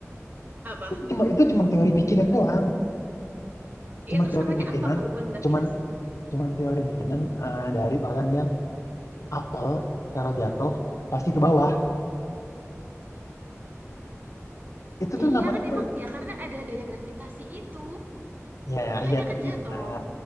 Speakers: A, on the right (about 35°); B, on the left (about 80°).
A: apa
B: Itu cuma itu cuma teori bikinan doang. Cuma
A: ya terus
B: teori
A: namanya
B: bikinan,
A: apa kalau bukan gravitasi
B: cuman cuman teori bikinan eh, dari orang yang apel kalau jatuh pasti ke bawah. Itu
A: Ya
B: tuh namanya
A: iya kan
B: tuh
A: emang ya karena ada daya gravitasi itu,
B: ya
A: makanya
B: iya
A: kan
B: iya
A: jatuh.
B: benar.